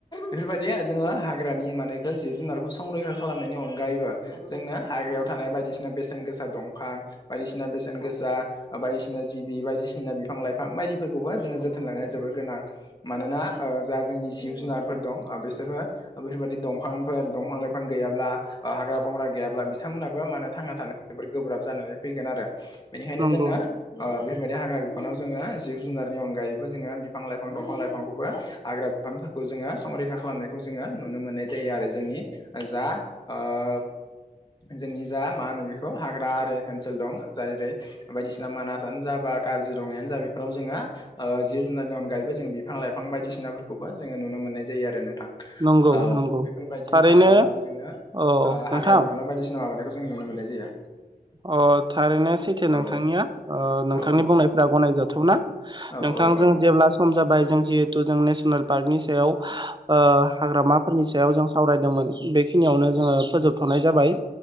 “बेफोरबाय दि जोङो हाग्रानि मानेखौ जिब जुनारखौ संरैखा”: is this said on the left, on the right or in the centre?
Left